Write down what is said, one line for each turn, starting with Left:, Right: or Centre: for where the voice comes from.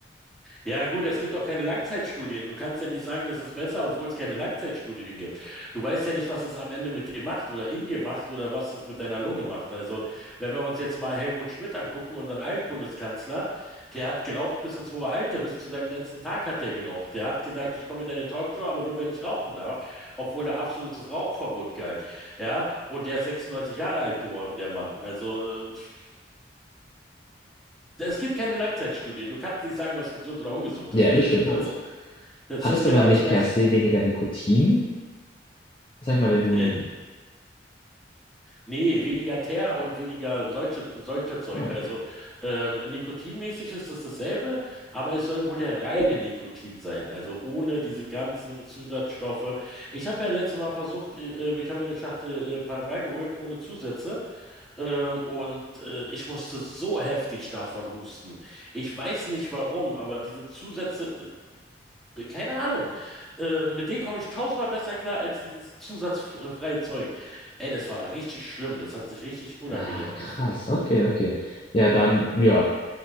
Centre: Ja, gut, es gibt auch keine Langzeitstudien. Du kannst ja nicht sagen, das ist besser, obwohl es keine Langzeitstudien gibt. Du weißt ja nicht, was es am Ende mit dir macht oder in dir macht oder was es mit deiner Lunge macht. Also, wenn wir uns jetzt mal Helmut Schmidt angucken, unseren Altbundeskanzler, der hat geraucht bis ins hohe Alter, bis zu deinem letzten Tag hat der geraucht. Der hat gesagt, ich komme in deine Talkshow, aber nur wenn ich rauchen darf, obwohl da absolutes Rauchverbot galt. Ja, und der ist 96 Jahre alt geworden, der Mann. Also, äh, pff, es gibt keine Langzeitstudien. Du kannst nicht sagen, was gesund oder ungesund
Left: Ja,
Centre: ist.
Left: das stimmt
Centre: Das
Left: auch.
Centre: ist, das
Left: Hat
Centre: ist
Left: es
Centre: genau
Left: aber nicht
Centre: das gleiche.
Left: per se weniger Nikotin? Sag ich mal, wenn du
Centre: Äh,
Left: ein.
Centre: nee, weniger Teer und weniger solche, solche Zeug.
Left: Ah,
Centre: Also
Left: okay.
Centre: ähm, nikotinmäßig ist es dasselbe, aber es soll wohl der reine Nikotin sein, also ohne diese ganzen Zusatzstoffe. Ich habe ja letztes Mal versucht, äh, äh, ich habe mir eine Schachtel äh, Pall Mall geholt ohne Zusätze ähm, und äh, ich musste so heftig davon husten. Ich weiß nicht warum, aber diese Zusätze äh, keine Ahnung. Äh, mit denen komme ich tausendmal besser klar als dieses zusatzfreie Zeug. Ey, das war richtig schlimm. Das hat sich richtig unangenehm
Left: Ah,
Centre: angefühlt.
Left: krass. Okay, okay. Ja, dann, ja.